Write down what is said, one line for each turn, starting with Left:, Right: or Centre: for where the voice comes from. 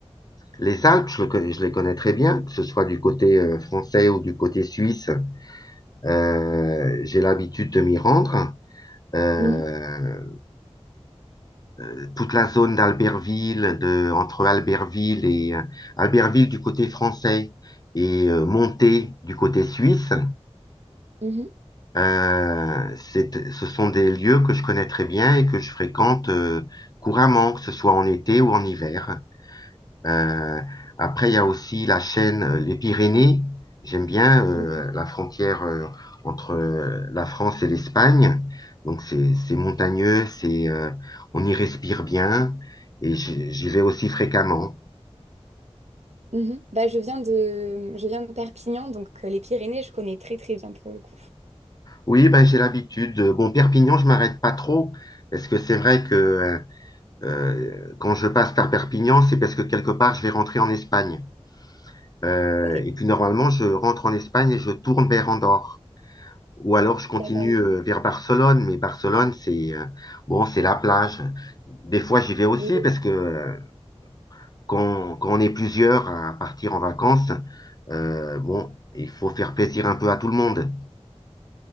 Left: les Alpes, je, le connais- je les connais très bien, que ce soit du côté euh, français ou du côté suisse. Euh, j'ai l'habitude de m'y rendre. euh,
Right: Mhm.
Left: euh, toute la zone d'Albertville, de, entre Albertville et euh, Albertville du côté français et euh, Monté du côté suisse.
Right: Mhm.
Left: Euh, c'est- ce sont des lieux que je connais très bien et que je fréquente euh, couramment, que ce soit en été ou en hiver. Euh, après, il y a aussi la chaîne euh, Les Pyrénées. J'aime bien euh,
Right: Mhm.
Left: la frontière euh, entre euh, la France et l'Espagne. Donc, c'est c'est montagneux, c'est euh, on y respire bien et j'y j'y vais aussi fréquemment.
Right: Mhm. Bah, je viens de... je viens de Perpignan, donc euh, les Pyrénées, je connais très très bien pour le coup.
Left: Oui, ben, j'ai l'habitude. de- Bon, Perpignan, je m'arrête pas trop parce que c'est vrai que euh, euh, quand je passe par Perpignan, c'est parce que quelque part, je vais rentrer en Espagne. Euh,
Right: Ok,
Left: et puis, normalement, je rentre en Espagne et je tourne vers Andorre. Ou alors je continue
Right: d'accord,
Left: euh,
Right: ok.
Left: vers Barcelone, mais Barcelone, c'est euh, bon, c'est la plage. Des fois, j'y vais aussi
Right: Oui, oui,
Left: parce que euh, quand, quand on est plusieurs à partir en vacances, euh, bon, il faut faire plaisir un peu à tout le monde.